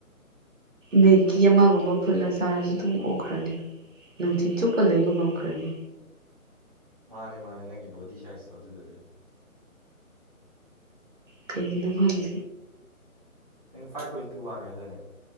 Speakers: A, on the right; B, on the right.
A: ꯃꯦꯒꯤ ꯑꯃꯒꯨꯝꯕ ꯐꯨꯜꯂ ꯆꯥꯔꯁꯨ ꯑꯗꯨꯝ ꯑꯣꯛꯈ꯭ꯔꯅꯤ ꯅꯨꯡꯊꯤꯜ ꯆꯨꯞꯄ ꯂꯩꯕ ꯉꯝꯈ꯭ꯔꯅꯤ
B: ꯃꯥꯅꯦ ꯃꯥꯅꯦ ꯅꯪꯒꯤ ꯕꯣꯗꯤ ꯁꯥꯏꯖꯇꯣ ꯑꯗꯨꯗꯨꯅꯅꯤ
A: ꯀꯩꯒꯤꯅꫭ ꯈꯪꯗꯦ
B: ꯅꯪ ꯐꯥꯏꯚ ꯄꯣꯏꯟ ꯇꯨ ꯋꯥꯡꯉꯦ ꯍꯥꯏꯗꯥꯏꯅꯦ